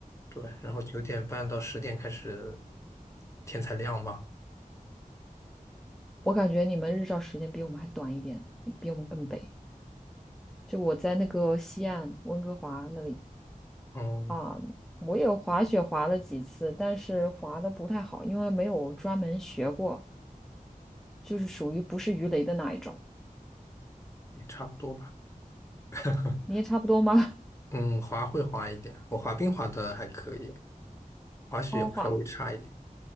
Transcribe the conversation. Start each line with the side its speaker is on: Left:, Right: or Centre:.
Left: 对，然后九点半到十点开始，天才亮吧，
Centre: 我感觉你们日照时间比我们还短一点，比我们更北。就我在那个西岸温哥华那里
Left: 嗯，
Centre: 啊，我有滑雪滑了几次，但是滑的不太好，因为没有专门学过，就是属于不是鱼雷的那一种。
Left: 也差不多吧。<laughs>
Centre: 你也差不多吗？
Left: 嗯，滑会滑一点，我滑冰滑的还可以，滑雪稍微差一点。
Centre: <laughs> 哦，滑，